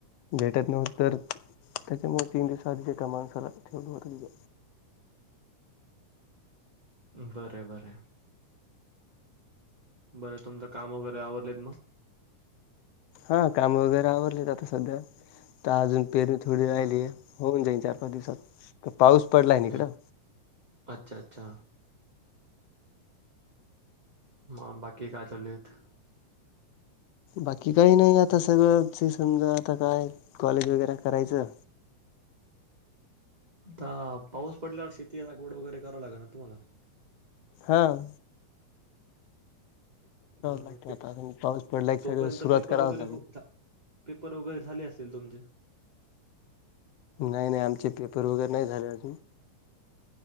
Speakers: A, on the left; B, on the right.
A: भेटत नव्हतं तर त्याच्यामुळ तीन दिवस आधीच एका माणसाला ठेवलं होत तिथं
B: बर, बर. बरं तुमचं काम वगैरे आवरलेत मग.
A: हा काम वगैरे आवरलेत आता सध्या तर अजून पेरीनी थोडी राहिली, होऊन जाईन चार पाच दिवसात. पाऊस पडलाय
B: मग
A: नी का.
B: अच्छा अच्छा ह बाकी काय चालूहाईत.
A: बाकी काही नाही आता सगळं समजा आता काय कॉलेज वगैरे करायचं.
B: आता पाऊस पडल्यावर शेती लागवड वगैरे करावी लागेल ना तुम्हाला.
A: हां.
B: मग,
A: लागते आता अजून पाऊस पडला की
B: तोपर्यंत
A: सगळं सुरुवात
B: पेपर
A: करावंच
B: वगैरे,
A: लागेल
B: पेपर वगैरे झाले, असेल तुमचे.
A: नाही नाही आमचे पेपर वगैरे नाही झाले अजून.